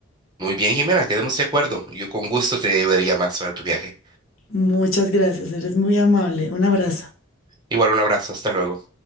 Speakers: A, on the right (about 20°); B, on the left (about 75°).
A: Muy bien, Jimena, quedemos de acuerdo. Yo con gusto te llevaría más para tu viaje.
B: Muchas gracias, eres muy amable. Un abrazo.
A: Igual un abrazo, hasta luego.